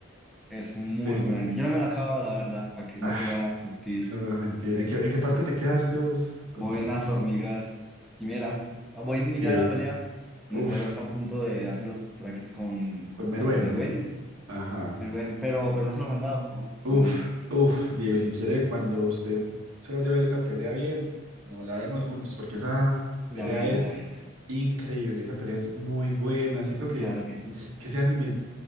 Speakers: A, in the centre; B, on the right.
A: Es un muy
B: Sí.
A: buen anime. Yo no me lo he acabado, la verdad, para que
B: Ah,
A: no te va a mentir.
B: no me vas a mentir. ¿En qué, en qué parte te quedaste vos? Contame.
A: Voy en las hormigas quimera. Voy en mitad
B: Ok.
A: de la pelea. Netero
B: Uf,
A: está a punto de darse los traques con,
B: con
A: con
B: Meruem.
A: Meruén,
B: Ajá.
A: Meruén, pero, pero no se los han dado. Aún,
B: Uf,
A: aún.
B: uf, Diego, si quiere, cuando usted se vaya a ver esa pelea bien, no la vemos juntos, porque esa
A: Le
B: pelea
A: aviso,
B: es
A: le aviso.
B: increíble, esa pelea es muy buena. Siento que,
A: Claro que sí.
B: que ese anime,